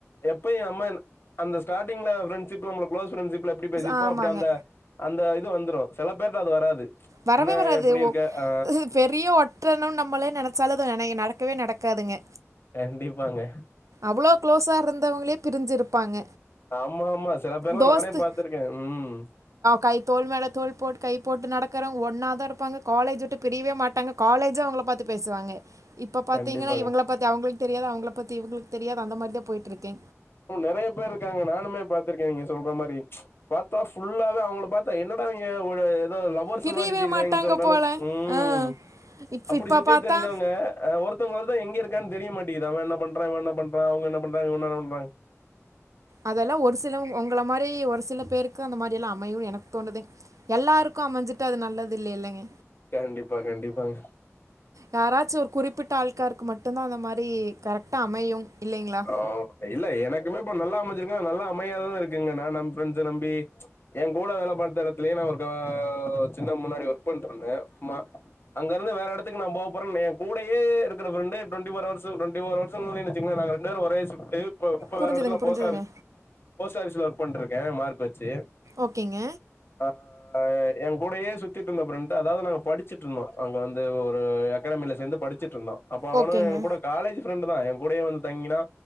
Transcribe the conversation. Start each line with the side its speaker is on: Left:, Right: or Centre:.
Left: எப்பய நம்ம அந்த ஸ்டார்ட்டிங்ல பிரெண்ட்ஷிப் ம் குளோஸ் பிரண்ட்ஷிப்ல எப்டி பேசிருப்போ
Right: ஆமாங்க
Left: அடி அந்த அந்த இது வந்துரு சில பேர்ட அது வராது
Right: வரவே
Left: என்ன
Right: வராது
Left: எப்டி
Right: ஓ
Left: இருக்க ஆ
Right: பெரிய ஒற்றனும் நம்மளே நெனைச்சாலும் நென நட க்கவே நடக்காதுங்க
Left: கண்டிப்பாங்க
Right: அவ்ளோ க்ளோஸா இருந்தவங்களே பிரிஞ்சிருப்பாங்க
Left: ஆமா ஆமா சில பேர்ல்லா
Right: தோஸ்து
Left: நானே பாத்துருக்கே உம்
Right: கை தோல் மேல தோல் போட்டு கை போட்டு நடக்கறவங்க ஒன்னாதா இருப்பாங்க காலேஜ் விட்டு பிரியவே மாட்டாங்க காலேஜு அவங்கள பாத்து பேசுவாங்க இப்ப பாத்தீங்கன்னா
Left: கண்டிப்பாங்க.
Right: இவங்கள பத்தி அவங்களுக்கு தெரியாது அவங்கள பத்தி இவங்களுக்கு தெரியாது அந்த மாதிரிதா போயிட்டு இருக்கு
Left: நெறைய பேரு இருக்காங்க நானுமே பாத்துருக்கேன நீங்க சொல்ற மாரி பாத் தா ஃபுல்லாவே அவங்கள பாத்தா என்னடா இவங்க ஒரு அத லவ்ர்ஸ்
Right: பிரியவே
Left: மாரி திரியுறாங்க
Right: மாட்டாங்க
Left: சொல்ற அளவுக்கு
Right: போல்
Left: உம்
Right: ஆ இப்போ
Left: அப்டி
Right: இப்போ
Left: சுத்தி
Right: பார்த்தா
Left: தெரிஞ்சவங்க ஒருத்தவங்க ஒருத் த எங்க இருக்கான்னு தெரிய மாட்டிங்து அவ என்ன பண்றான் இவ என்ன பண்றான் அவுங்க என்ன பண்றா ஒன்னோட ஒன்னா
Right: அதெல்லா ஒரு சிலவ உங்கள மாரி ஒரு சில பேருக்கு அந்த மாரி எல்லாம் அ மையு எனக்கு தோணது எல்லாருக்கு அமைஞ்சிட்டு அது நல்லது இல்ல இல்லேங்க
Left: கண்டிப்பா கண்டிப்பாங்க
Right: யாராச்சு ஒரு குறிப்பிட்ட ஆள்காருக்கு மட்டுந்தா அந்த மாரி கரெக்ட்டா அமையும் இல்லைங்ளா
Left: ஆ இல்ல எனக்குமே இப்ப நல்லா அமைச்சிருக்கு நல்லா அமையாதாது இருக்குங்க நா நம் பிரெண்டஸ நம்பி என் கூட பாத்த இடத்திலே நா ஒருத்த சின்ன முன்னாடி ஒர்க் பண்ணிட்டுருந்தே சும்மா அங்க இருந்து வேற இடத்துக்கு நா போ றயிலே என் கூடயே இருக்கிற பிரண்ட்டு டுவெண்ட்டி போர் ஹௌர்ஸ் ம் டுவெண்ட்டி போர் ஹௌர்ஸ்ன்னு வச்சுக்கோங்களே நாங்க ரெண்டுபேரு ஒரே ஷிப்ட்டு இப்ப
Right: புரிஞ்சுதுங்க
Left: வேற எடத்துல
Right: புரிஞ்சுதுங்க
Left: போஸ்ட் ஆஸ் போஸ்ட் ஆபீஸ்ல ஒர்க் பண்ட்ருக் கே மார்க் வெச்சி
Right: ஓகேங்க
Left: ஆஹ் ஆஹ் எங் கூடயே சுத்திட்டு இருந்த பிரண்ட்டு அதாவது அங்க நாங்க படுச்சுட்டு இருந்தோ அங்க வந்து ஒரு அகாடமில சேர்ந்து படிச்சுட்டு இருந்தோ அப்போ அவனு
Right: ஓகேங்க
Left: என் கூட காலேஜ் ஃப்ரெண்டுதா என் கூடயே வந்து தங்கினா